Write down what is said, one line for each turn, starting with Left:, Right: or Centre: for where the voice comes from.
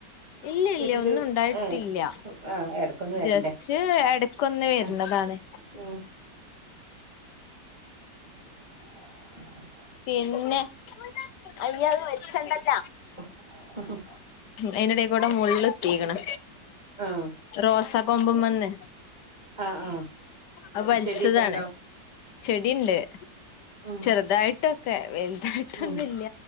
Left: ഇല്ല
Right: വീട്ടില്
Left: ഇല്ല്യ. ഒന്നുംണ്ടായി ട്ടില്ല
Right: ഏഹ് ആഹ് എടക്കൊന്ന് വരണ്ടേ
Left: ജസ്റ്റ് എടക്കൊന്ന് വരുന്നതാണ്
Right: ആ ഉം <inaudible>
Left: പിന്നെ അയ്യ അത് വച്ചാണ്ടല്ല
Right: ഉം ഉം
Left: അയിനിടേക്കൂടെ മുള്ള് കുത്തീക്കണ്
Right: ആഹ്
Left: റോസ കൊമ്പ്മന്ന്
Right: ആഹ് ആഹ്
Left: അത് വലിച്ചതാണ്.
Right: ചെടിയൊക്കെ ഉണ്ടോ
Left: ചെടി ഇണ്ട്
Right: ഉം
Left: ചെറുതായി ട്ടൊക്കെ വൽതായിട്ടൊന്നുല്ല
Right: ഉം